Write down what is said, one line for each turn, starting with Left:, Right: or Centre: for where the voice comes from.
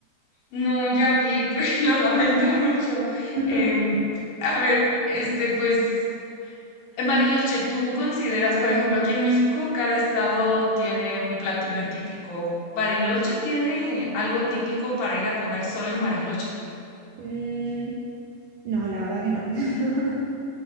Left: No, ya vi, <laughs> pues, lo lamento mucho.
Right: <laughs>
Left: Em, a ver, este, pues, en Bariloche, ¿tú consideras, por ejemplo, aquí en México, cada estado tiene un platillo típico? ¿Bariloche tiene algo típico para ir a comer solo en Bariloche?
Right: Mm, no, la verdad que no. <laughs>